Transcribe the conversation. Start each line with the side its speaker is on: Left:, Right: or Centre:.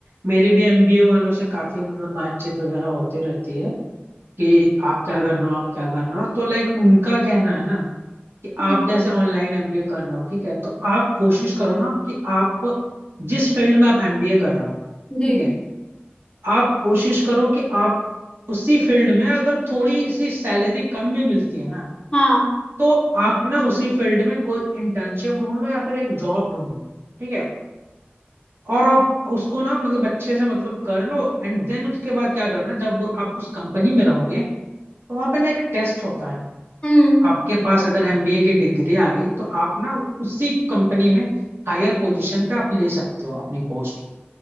Right: मेरे भी एमबीए वालों से काफी मतलब बातचीत वगैरह होती रहती है कि आप क्या कर रहे हो आप क्या कर रहे हो तो लाइक उनका कहना है ना कि
Left: हम्म,
Right: आप जैसे ऑनलाइन एमबीए कर रहे हो ठीक है तो आप कोशिश करो ना कि आप जिस फील्ड में आप एमबीए कर रहे हो
Left: जी
Right: ठीक है आप कोशिश करो कि आप उसी फील्ड में अगर थोड़ी सी सैलरी कम भी मिलती है ना
Left: हाँ
Right: तो आप ना उसी फील्ड में कोई इंटर्नशिप ढूंढ लो या फिर एक जॉब ढूंढ लो ठीक है और आप उसको ना मतलब अच्छे से मतलब कर लो एंड देन उसके बाद क्या करना जब आप उस कंपनी में रहोगे तो वहां पे ना एक टेस्ट होता है
Left: हम्म
Right: आपके पास अगर एमबीए की डिग्री आ गई तो आप ना उसी कंपनी में हायर पोजीशन पे आप ले सकते हो अपनी पोस्ट